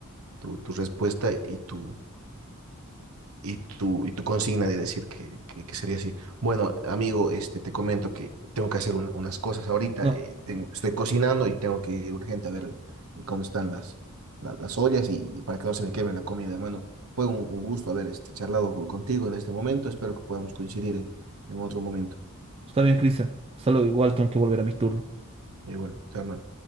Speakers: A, on the right; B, on the right.
A: tu, tu respuesta y tu, y tu, y tu consigna de decir que, que, que sería así. Bueno, amigo, este, te comento que tengo que hacer una- unas cosas ahorita.
B: No,
A: eh, tengo- estoy cocinando y tengo que ir urgente a ver eh, cómo están las, la- las ollas y, y para que no se me queme la comida, hermano. Fue un, un gusto haber este, charlado co- contigo en este momento. Espero que podamos coincidir en, en otro momento.
B: está bien, Cristian. Hasta luego, igual tengo que volver a mi turno.
A: y bueno, chao, hermano.